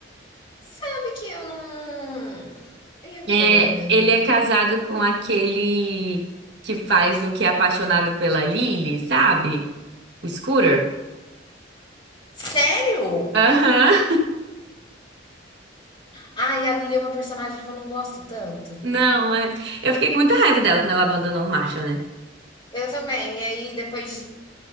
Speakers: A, on the left; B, on the right.
A: Sabe que eu não. E agora?
B: É, ele é casado com aquele que faz o que é apaixonado pela Lily, sabe? O Scooter.
A: Sério?
B: Aham.
A: Ai, a Lily é uma personagem que eu não gosto tanto.
B: Não, é. Eu fiquei com muita raiva dela quando ela abandonou o Marshall, né?
A: Eu também. E aí, depois